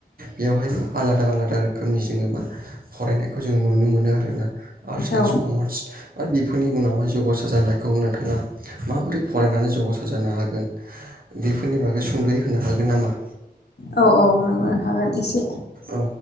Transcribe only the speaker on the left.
औ
औ औ <unintelligible> हागोन एसे